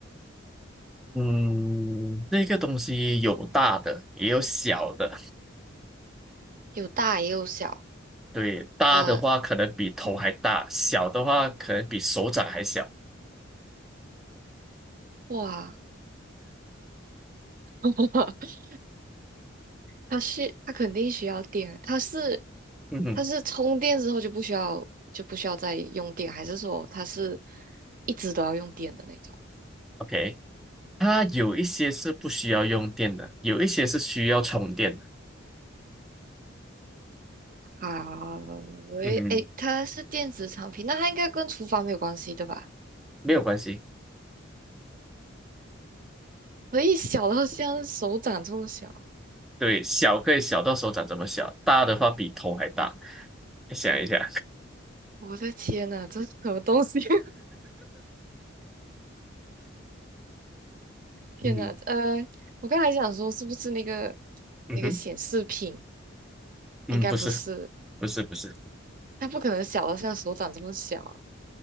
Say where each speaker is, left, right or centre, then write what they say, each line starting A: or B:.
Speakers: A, in the centre; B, on the right (about 45°).
A: 嗯，那个东西有大的也有小的，
B: 有大也有小，
A: 对，大的话可能比头还大，
B: 呃，嗯，
A: 小的话可能比手掌还小，
B: 哇，<laughs> 它是它肯定需要电，它是
A: 嗯哼
B: 它是充电之后就不需要就不需要再用电，还是说它是一直都要用电的那种？
A: ，OK，它有一些是不需要用电的，有一些是需要充电的，
B: 好，喂，
A: 嗯哼，
B: 诶，它是电子产品，那它应该跟厨房没有关系对吧？
A: 没有关系。
B: 可以小到像手掌这么小，
A: 对，小可以小到手掌这么小，大的话比头还大。想一下，
B: 我的天呐，这是什么东西？<laughs> 天呐，
A: <laughs> 嗯哼，
B: 呃，我刚才想说是不是那个
A: 嗯哼，
B: 那个显示屏？
A: 嗯，
B: 应该不是，
A: 不是，不是，不是，
B: 它不可能小到像手掌这么小，